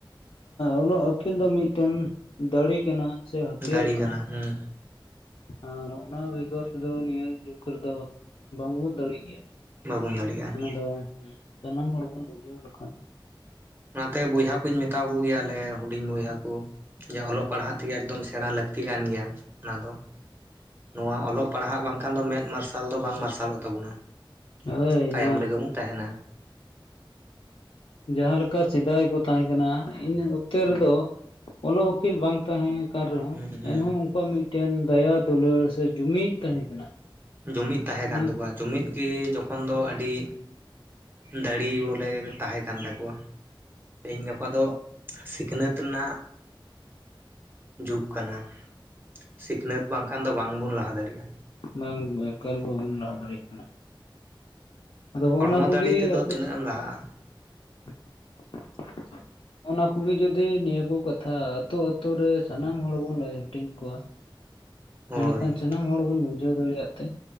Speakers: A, on the left; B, on the right.
A: ᱚᱞᱚᱜ ᱟᱹᱠᱤᱞ ᱫᱚ᱾ ᱢᱤᱫ ᱴᱮᱱ ᱫᱟᱲᱮ ᱠᱟᱱᱟ᱾ ᱥᱮ ᱦᱟᱹᱛᱭᱟᱹᱨ
B: ᱫᱟᱲᱮ ᱠᱟᱱᱟ ᱦᱩᱸ
A: ᱟᱨ ᱚᱱᱟ ᱵᱮᱜᱚᱨ ᱛᱮ ᱫᱚ ᱱᱤᱭᱟᱹ ᱡᱩᱜ ᱨᱮ ᱫᱚ ᱵᱟᱝ ᱵᱚᱱ ᱫᱟᱲᱮ ᱭᱟᱜ ᱜᱮᱭᱟ᱾
B: ᱵᱟᱵᱚᱱ ᱫᱟᱲᱮᱭᱟᱜᱼᱟ
A: ᱚᱱᱟ ᱫᱚ ᱥᱟᱱᱟᱢ ᱦᱚᱲ ᱵᱚᱱ ᱵᱩᱡᱷᱟᱹᱣ ᱞᱮ ᱠᱷᱟᱱ᱾
B: ᱚᱱᱟ ᱛᱮ ᱵᱚᱭᱦᱟ ᱠᱚᱧ ᱢᱮᱛᱟ ᱠᱚ ᱜᱮᱭᱟ ᱞᱮ ᱦᱩᱰᱤᱧ ᱵᱚᱭᱦᱟ ᱠᱚ ᱡᱮ ᱚᱞᱚᱜ ᱯᱟᱲᱦᱟᱜ ᱛᱮ ᱜᱮ ᱮᱠᱫᱚᱢ ᱥᱮᱬᱟ ᱞᱟᱹᱠᱛᱤ ᱞᱟᱹᱠᱛᱤ ᱠᱟᱱ ᱜᱮᱭᱟ ᱚᱱᱟ ᱫᱚ᱾ ᱱᱚᱶᱟ ᱚᱞᱚᱜ ᱯᱟᱲᱦᱟᱜ ᱵᱟᱝ ᱠᱷᱟᱱ ᱫᱚ ᱢᱮᱫ ᱢᱟᱨᱥᱟᱞ ᱫᱚ ᱵᱟᱝ ᱢᱟᱨᱥᱟᱞᱚᱜ ᱛᱟᱵᱚᱱᱟ
A: ᱦᱳᱭ
B: ᱛᱟᱭᱚᱢ
A: ᱱᱚᱣᱟ
B: ᱨᱮ ᱜᱮ ᱵᱚᱱ ᱛᱟᱦᱮ ᱱᱟ᱾
A: ᱡᱟᱦᱟᱸ ᱞᱮᱠᱟ ᱥᱮᱫᱟᱭ ᱠᱚ ᱛᱟᱦᱮᱸ ᱠᱟᱱᱟ ᱤᱱᱟᱹ ᱚᱠᱛᱮ ᱨᱮᱫᱚ ᱚᱞᱚᱜ ᱩᱠᱤᱞ ᱵᱟᱝ ᱛᱟᱦᱮᱸ ᱠᱟᱱ ᱨᱮᱦᱚᱸ
B: ᱦᱩᱸ ᱦᱩᱸ
A: ᱮᱱᱦᱚᱸ ᱩᱱᱠᱩ ᱣᱟᱜ ᱢᱤᱫ ᱴᱮᱱ ᱫᱟᱭᱟ ᱫᱩᱞᱟᱹᱲ ᱥᱮ ᱡᱩᱢᱤᱫ ᱛᱟᱦᱮᱸ ᱠᱟᱱᱟ᱾
B: ᱡᱩᱢᱤᱫ ᱛᱟᱦᱮᱸ
A: ᱢᱮᱱ
B: ᱠᱟᱱ ᱛᱟ ᱠᱚᱣᱟ ᱡᱩᱢᱤᱫ ᱜᱮ ᱡᱚᱠᱷᱚᱱ ᱫᱚ ᱟᱹᱰᱤ᱾ ᱫᱟᱲᱤ ᱵᱚᱞᱮ ᱛᱟᱦᱮᱸ ᱠᱟᱱ ᱛᱟᱠᱚ ᱣᱟ ᱛᱮᱦᱤᱧ ᱜᱟᱯᱟ ᱫᱚ ᱥᱤᱠᱷᱱᱟᱹᱛ ᱨᱮᱱᱟᱜ᱾ ᱡᱩᱜᱽ ᱠᱟᱱᱟ ᱥᱤᱠᱷᱱᱟᱹᱛ ᱵᱟᱝ ᱠᱷᱟᱱ ᱫᱚ ᱵᱟᱝ ᱵᱚᱱ ᱞᱟᱦᱟ ᱫᱟᱲᱮᱭᱟᱜᱼᱟ᱾
A: ᱵᱟᱝ ᱮᱠᱟᱞ ᱵᱟᱵᱚᱱ ᱞᱟᱦᱟ ᱫᱟᱲᱮ ᱭᱟᱜ ᱠᱟᱱᱟ ᱟᱫᱚ ᱦᱚᱸᱜᱼᱚ
B: ᱦᱚᱲᱢᱚ
A: ᱱᱟ ᱠᱚᱜᱮ
B: ᱫᱟᱲᱮ ᱛᱮᱫᱚ
A: ᱟᱯᱮᱥᱮᱫ᱾
B: ᱛᱤᱱᱟᱹᱜ ᱮᱢ ᱞᱟᱦᱟᱜᱼᱟ
A: <unintelligible> ᱚᱱᱟ ᱠᱚ ᱜᱮ ᱡᱩᱫᱤ ᱱᱤᱭᱟᱹ ᱠᱚ ᱠᱟᱛᱷᱟ ᱟᱛᱳ ᱟᱛᱳ ᱨᱮ ᱥᱟᱱᱟᱢ ᱦᱚᱲ ᱵᱩᱱ ᱞᱟᱹᱭ ᱦᱟᱹᱴᱤᱧ ᱠᱚᱣᱟ
B: ᱦᱳᱭ
A: ᱮᱸᱰᱮ ᱠᱷᱟᱱ ᱥᱟᱱᱟᱢ ᱦᱚᱲ ᱵᱚᱱ ᱵᱩᱡᱷᱟᱹᱣ ᱫᱟᱲᱮᱭᱟᱜ ᱛᱮ